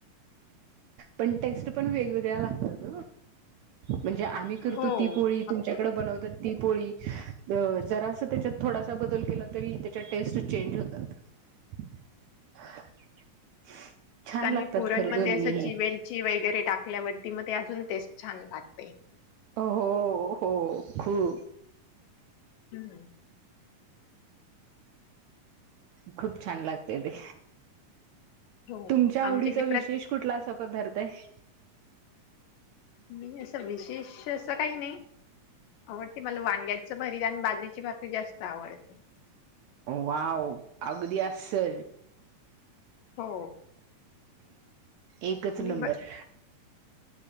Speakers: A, on the right; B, on the left.
A: पण टेस्ट पण वेगवेगळ्या लागतात. म्हणजे आम्ही करतो
B: हो
A: ती पोळी
B: आप-
A: तुमच्याकडे बनवतात ती पोळी जरा अस त्याच्यात थोडासा बदल केला तरी त्याच्या टेस्ट चेंज होतात. <unintelligible> छान लागतात
B: नी पुरणमध्ये
A: खरं दोन्हीही
B: अस चिवेलची वगैरे टाकल्यावर ती मध्ये अजून टेस्ट छान लागते.
A: हो हो खूप
B: हम्म.
A: खूप छान लागतेय ते.
B: हो
A: तुमच्या आवडीचा
B: आमच्या इकडे
A: विशेष
B: प्र
A: कुठला असा पदार्थ आहे.
B: नाही असं विशेष असं काही नाही. आवडते मला वांग्याच भरीत आणि बाजरीची भाकरी जास्त आवडते.
A: वाव अगदी अस्सल.
B: हो.
A: एकच
B: आणि
A: नंबर.
B: ब